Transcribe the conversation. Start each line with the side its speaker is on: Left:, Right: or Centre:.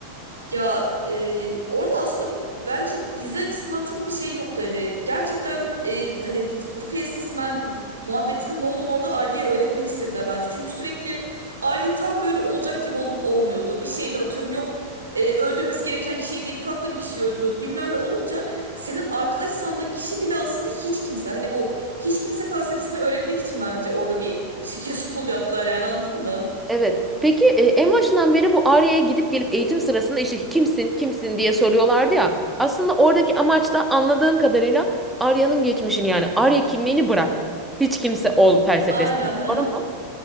Right: Ya e, orada aslında bence dizi açısından çok bir şey yoktu hani gerçekten e, hani The, The Faceless Man muhabbetinin ne olduğunu orada Arya'ya öğretmek istediler bence. Çünkü sürekli Arya tam böyle olacak gibi olup olmuyordu. Bir şeyde atıyorum yok e, öldürmesi gereken kişiyi değil farklı bir kişiyi öldürüyordu bilmem ne olunca senin arkadaş sandığın kişi bile aslında hiç kimse. Hani bu hiç kimse felsefesini öğretmek için bence orada bir şekil <laughs> school yaptılar yani anladın mı?
Centre: Evet. Peki e, en başından beri bu Arya'ya gidip gelip eğitim sırasında işte kimsin kimsin diye soruyorlardı ya. Aslında oradaki amaç da anladığım kadarıyla Arya'nın geçmişini yani Arya kimliğini bırak. Hiç kimse ol felsefesi.
Right: Aynen ha.
Centre: Doğru mu?